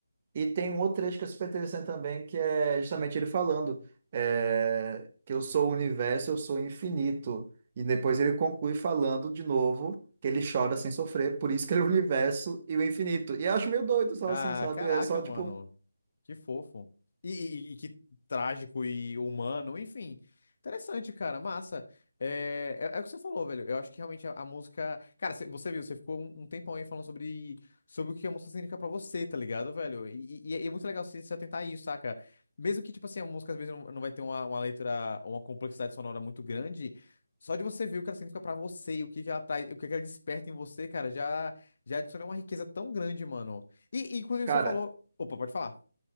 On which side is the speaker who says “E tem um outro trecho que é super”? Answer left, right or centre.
Right